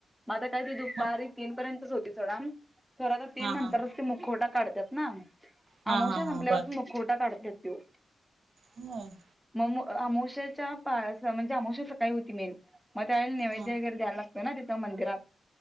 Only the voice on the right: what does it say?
मग
हा
हा
हा
हा
हा बर
हम,
हा